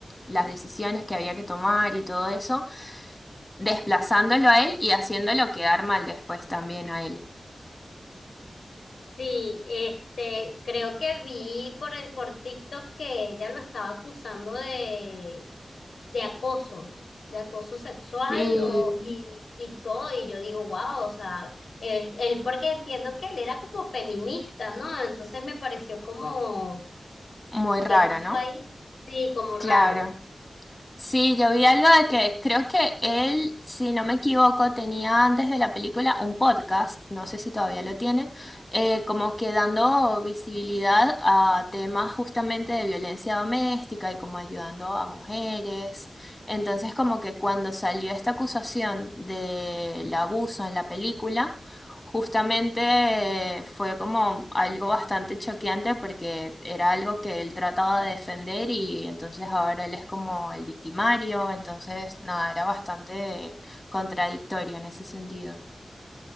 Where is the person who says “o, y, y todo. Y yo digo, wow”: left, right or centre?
Left